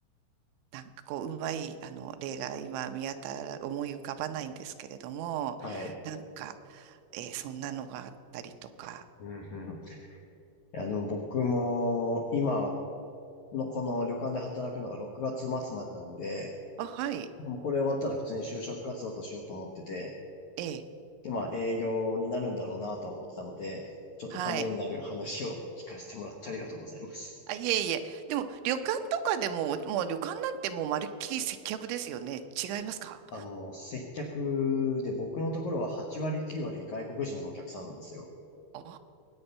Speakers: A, on the right (about 90°); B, on the left (about 75°).
A: なんかこう、うまい、あの、例が今見当たら、思い浮かばないんですけれども、
B: はい。
A: なんか、えーそんなのがあったりとか。
B: うん、うん。いや、でも僕も今のこの旅館で働くのが6月末までなんで、
A: あ、はい。
B: もうこれ終わったら普通に就職活動としようと思ってて、
A: ええ、
B: で、まあ営業になるんだろうなと思ってたので、ちょっとためになる話を聞かせてもらってありがとうございます。
A: はい。あ、いえいえ。でも、旅館とかでも、もう旅館なんてもうまるっきり接客ですよね。違いますか
B: あ、もう接客で僕のところは8割9割外国人のお客さんなんですよ。
A: おおー、